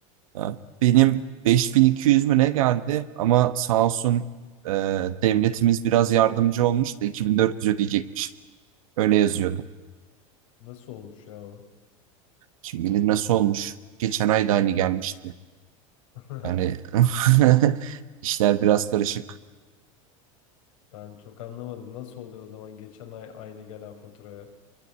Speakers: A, on the right; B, on the left.
A: Ha, Benim 5200 mü ne geldi ama sağ olsun e, devletimiz biraz yardımcı olmuş da 2400 ödeyecekmiş. Öyle yazıyordu.
B: Nasıl olmuş ya o?
A: Kim bilir nasıl olmuş. Geçen ay da aynı gelmişti.
B: <laughs>
A: Yani <laughs> işler biraz karışık.
B: Ben çok anlamadım. Nasıl oluyor o zaman geçen ay aynı gelen faturaya?